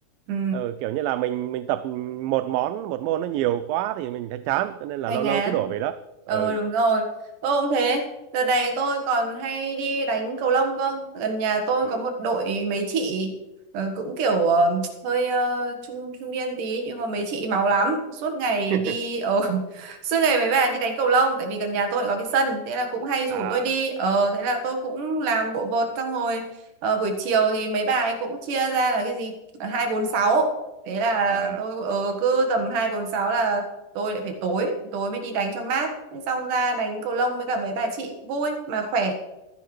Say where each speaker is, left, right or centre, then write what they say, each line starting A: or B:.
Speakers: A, on the right; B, on the right.
A: Ừ.
B: ờ, kiểu như là mình mình tập một món một môn nó nhiều quá thì mình thấy chán cho nên là
A: Hoành
B: lâu
A: Án.
B: lâu cứ đổi về đó ừ
A: Ờ đúng rồi. Tôi cũng thế. Đợt này tôi còn hay đi đánh cầu lông cơ. Gần nhà tôi
B: ừ.
A: có một đội mấy chị ờ, cũng kiểu ờ, hơi ờ, trung trung niên tí nhưng mà mấy chị máu lắm. Suốt ngày
B: <laughs>
A: đi ờ <laughs> suốt ngày mấy bà đi đánh cầu lông tại vì gần nhà tôi lại có cái sân, thế là cũng hay rủ
B: à
A: tôi đi. Ờ thế là tôi cũng làm bộ vợt xong rồi ờ, buổi chiều thì mấy bà ấy cũng chia ra là cái gì? hai bốn sáu, Thế là
B: à
A: tôi ờ, cứ tầm hai bốn sáu là tôi lại phải tối tối mới đi đánh cho mát Thế xong ra đánh cầu lông với cả mấy bà chị vui mà khỏe